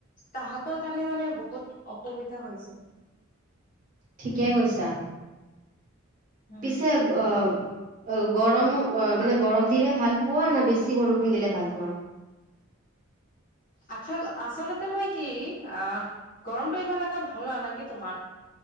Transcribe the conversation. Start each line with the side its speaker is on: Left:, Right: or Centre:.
Left: তাহাঁতৰ কাৰণে মানে বহুত অসুবিধা হৈ যায়।
Right: ঠিকে কৈছা।
Left: উম।
Right: পিছে অ গৰম অ মানে গৰম দিলে ভাল পোৱা না বেছি বৰষুণ দিলে ভাল পোৱা?
Left: আচল আচলতে মই কি আহ গৰমটো ইমান এটা ভাল নালাগে তোমাৰ।